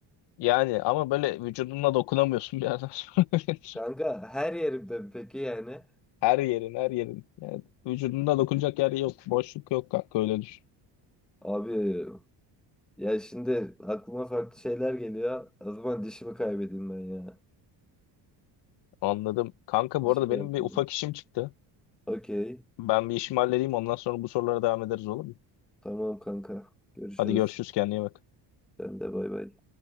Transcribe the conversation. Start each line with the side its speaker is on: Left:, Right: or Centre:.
Left: Yani ama böyle vücuduna dokunamıyorsun bir yerden sonra. <laughs>
Centre: Kanka her yerimde peki yani.
Left: Her yerin, her yerin. Yani vücudunda dokunacak yer yok. Boşluk yok kanka öyle düşün.
Centre: Abi Ya şimdi aklıma farklı şeyler geliyor. O zaman dişimi kaybedeyim ben ya.
Left: Anladım. Kanka bu
Centre: Dişimi
Left: arada benim
Centre: yaptım.
Left: bir ufak işim çıktı.
Centre: Okey.
Left: Ben bir işimi halledeyim ondan sonra bu sorulara devam ederiz olur mu?
Centre: Tamam kanka. Görüşürüz.
Left: Hadi görüşürüz kendine iyi bak.
Centre: Sen de bay bay.